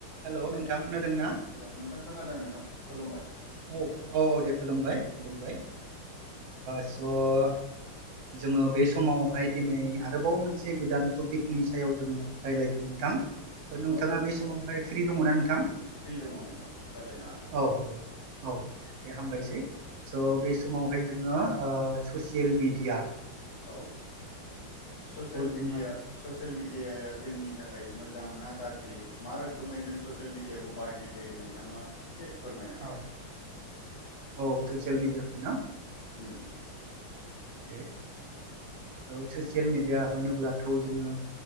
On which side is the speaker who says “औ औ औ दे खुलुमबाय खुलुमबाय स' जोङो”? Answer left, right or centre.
Right